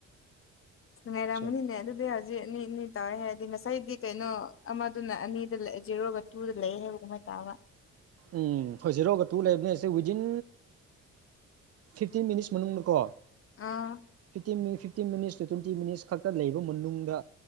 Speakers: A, on the left; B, on the right.
A: ꯅꯨꯡꯉꯥꯏꯔꯝꯅꯤꯅꯦ
B: ꯁꯨꯝ
A: ꯑꯗꯨꯗꯤ ꯍꯧꯖꯤ ꯑꯅꯤ ꯑꯅꯤ ꯇꯧꯋꯦ ꯍꯥꯏꯔꯗꯤ ꯉꯁꯥꯏꯗꯤ ꯀꯩꯅꯣ ꯑꯃꯗꯨꯅ ꯑꯅꯤꯗ ꯖꯦꯔꯣꯒ ꯇꯨꯗ ꯂꯩ ꯍꯥꯏꯕ ꯀꯃꯥꯏꯅ ꯇ ꯇꯕ
B: ꯎꯝ ꯍꯣꯏ ꯖꯤꯔꯣꯒ ꯇꯨ ꯂꯩꯕꯅꯦꯁꯦ ꯋꯤꯗꯤꯟ ꯐꯤꯐꯇꯤꯟ ꯃꯤꯅꯤꯠꯁ ꯃꯅꯨꯡꯗꯀꯣ
A: ꯑꯥ
B: ꯐꯤꯞꯇꯤꯟ ꯃꯤꯅꯤꯠ ꯐꯤꯞ ꯐꯤꯞꯇꯤꯟ ꯃꯤꯅꯤꯠꯁ ꯇꯨꯇ꯭ꯋꯦꯟꯇꯤ ꯃꯤꯅꯤꯠꯁ ꯈꯛꯇ ꯂꯩꯕ ꯃꯅꯨꯡꯗ